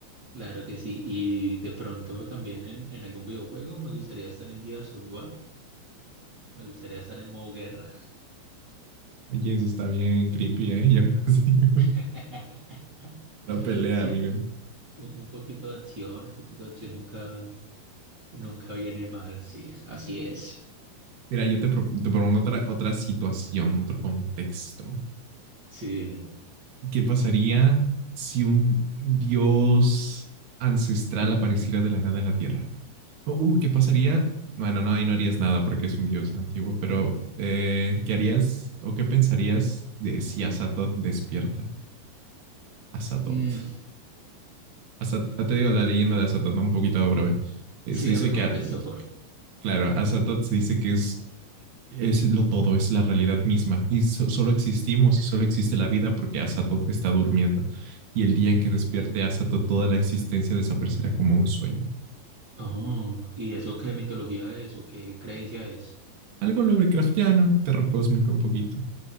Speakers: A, on the right; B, on the right.
A: claro que sí. Y de pronto también en, en algún videojuego me gustaría estar en Gears of War, me gustaría estar en modo guerra.
B: Oye, eso está bien creepy, ¿eh? Yo no <laughs> sé.
A: <laughs>
B: Una pelea,
A: Sí,
B: amigo.
A: u- un poquito de acción, un poquito de acción nunca, nunca viene mal, sí, así es.
B: Mira, yo te, pro- te propongo otra, otra situación, otro contexto.
A: Sí, dime.
B: ¿Qué pasaría si un dios ancestral apareciera de la nada en la Tierra? O, Uh, ¿qué pasaría? Bueno, no, ahí no harías nada porque es un dios antiguo, pero eh, ¿qué harías o qué pensarías de si Azatoth despierta? Azatoth.
A: Mm,
B: Azat- ah, te digo la leyenda de Azatoth, ¿no? un poquito breve. Eh,
A: sí,
B: se dice
A: dame contesto,
B: que, ah, claro, Azatoth se dice que es es lo todo, es la realidad misma. Y so- solo existimos y solo existe la vida porque Asato está durmiendo. Y el día en que despierte Asato, toda la existencia desaparecerá como un sueño.
A: Oh, ¿y eso qué mitología es o qué creencia es?
B: Algo Lovecraftiano, terror cósmico un poquito.